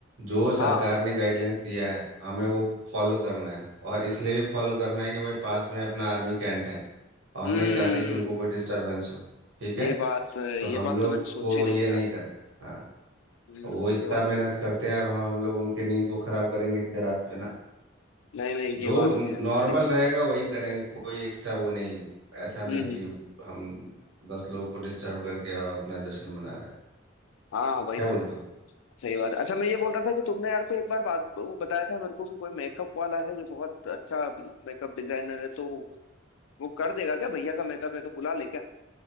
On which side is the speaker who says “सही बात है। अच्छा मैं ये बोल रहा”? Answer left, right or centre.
Left